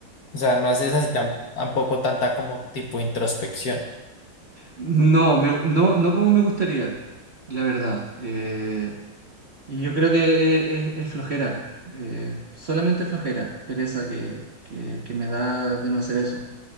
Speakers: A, on the left; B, on the right.
A: O sea, no haces así tan, tampoco tanta como tipo introspección.
B: No, me- no, no como me gustaría, la verdad. Eh, y yo creo que es, es- es flojera, eh, solamente flojera, pereza que, que, que me da de no hacer eso.